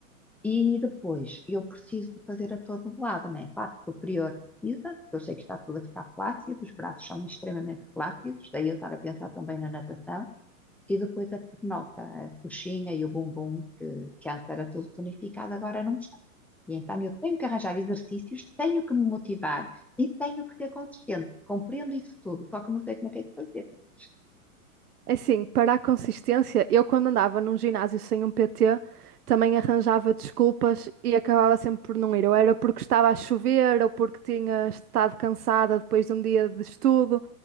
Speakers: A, in the centre; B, on the right (about 85°).
A: E depois, eu preciso de fazer a todo lado, né? A parte superior precisa, porque eu sei que está tudo a ficar flácido, os braços são extremamente flácidos, daí eu estar a pensar também na natação. E depois a pernoca, a coxinha e o bumbum, que, que antes era tudo tonificado, agora não está. E então eu tenho que arranjar exercícios, tenho que me motivar e tenho que ser consistente. Compreendo isso tudo, só que não sei como é que é de fazer. Francisco.
B: Assim, para a consistência, eu quando andava num ginásio sem um PT, também arranjava desculpas e acabava sempre por não ir. Ou era porque estava a chover, ou porque tinha estado cansada depois de um dia de estudo.